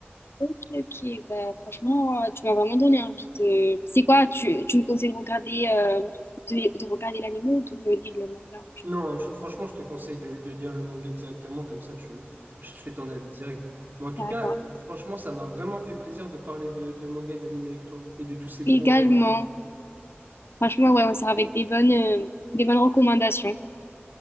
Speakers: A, on the left (about 70°); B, on the right (about 50°).
A: Ok, ok, ok. Bah, franchement, euh, tu m'as vraiment donné envie de. C'est quoi? Tu, tu me conseilles de regarder, euh, de, de regarder l'anime ou de lire le manga?
B: Non, je- franchement, je te conseille de, de lire le manga directement, comme ça tu, tu te fais ton avis direct. Mais en tout
A: D'accord.
B: cas, euh, franchement, ça m'a vraiment fait plaisir de parler de, de manga et d'anime avec toi et de tous ces
A: Également.
B: points. euh,
A: Franchement, ouais, on sera avec des bonnes, euh, des bonnes recommandations.